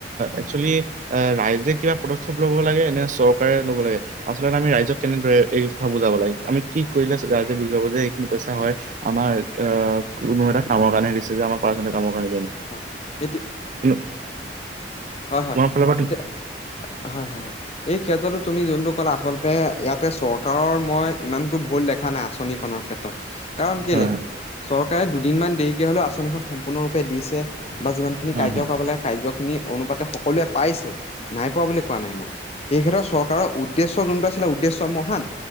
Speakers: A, on the right; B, on the left.
A: একচুৱেলি এ ৰাইজে কিবা পদক্ষেপ ল'ব লাগে নে চৰকাৰে ল'ব লাগে। আচলতে আমি ৰাইজক কেনেদৰে এই কথা বুজাব লাগে? আমি কি কৰিলে ৰাইজে বুজি পাব যে এইখিনি পইচা হয় আমাৰ অ' কোনো এটা কামৰ কাৰণে হে দিছে যে আমাৰ কামৰ।
B: হয় এতি
A: <unintelligible>
B: হয়, হয়
A: তোমাৰ ফালৰ পৰা হয়
B: এতিয়া হয়, হয়, হয় এই ক্ষেত্ৰতো তুমি যোনটো। কলে আচলতে ইয়াতে চৰকাৰৰ মই ইমানতো ভুল দেখা নাই আঁচনিখনৰ ক্ষেত্ৰত। কাৰণ কেলে,
A: হয়
B: চৰকাৰে দুদিনমান দেৰিকে হলেও আঁচনিখন সম্পূৰ্ণৰূপে দিছে। বা যিমান খিনি
A: হয়
B: কাৰ্য
A: হয়।
B: কৰাব লাগে কাৰ্য খিনি অনুপাতে সকলোৱে পাইছে। নাই পোৱা বুলি কোৱা নাই মই, এই ক্ষেত্ৰত চৰকাৰৰ উদ্দেশ্য যোনটো আছিলে উদ্দেশ্য মহান।